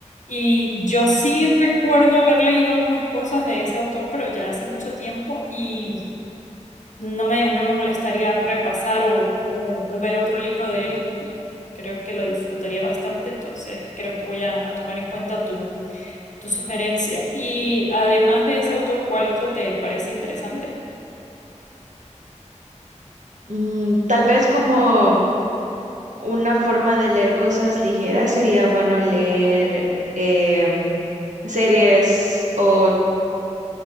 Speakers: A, on the left; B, on the right.
A: y yo sí recuerdo haber leído algunas cosas de ese autor, pero ya hace mucho tiempo y no me, no me molestaría repasar o, o- o ver otro libro de él y creo que lo disfrutaría bastante, entonces creo que voy a a tomar en cuenta tu tu sugerencia. Y además de ese autor, ¿cuál otro te parece interesante?
B: Mm, tal vez como Una forma de leer cosas ligeras sería bueno leer em, series o